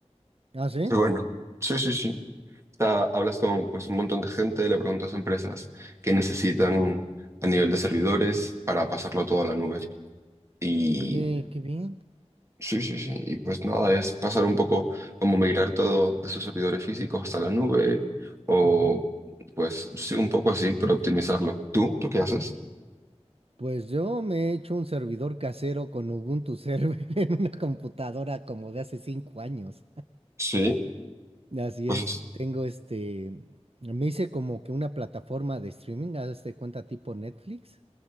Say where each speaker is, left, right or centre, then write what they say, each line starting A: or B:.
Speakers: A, on the right; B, on the right.
A: Ah, sí.
B: <laughs> Pero bueno, sí, sí, sí. Está- hablas con pues, un montón de gente, le preguntas a empresas qué necesitan a nivel de servidores para pasarlo todo a la nube. y
A: Oye, qué bien.
B: Sí, sí, sí. Y pues nada, es pasar un poco como migrar todo de sus servidores físicos hasta la nube o
A: Ujú.
B: pues sí, un poco así, pero optimizarlo. ¿Tú? ¿Tú qué haces?
A: Pues yo me he hecho un servidor casero con Ubuntu Server <laughs> en una computadora como de hace cinco años.
B: Sí,
A: Así
B: pues
A: es,
B: es-
A: tengo este, me hice como que una plataforma de streaming, hazte cuenta tipo Netflix,